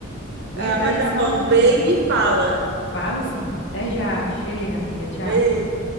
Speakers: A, on the left; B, on the right.
A: Aguenta
B: Ah, mas
A: aí
B: tá
A: só
B: bom.
A: um minutinho.
B: Vê e me fala.
A: Falo sim. Até já. Cheira, amiga. Tchau.
B: Beijo.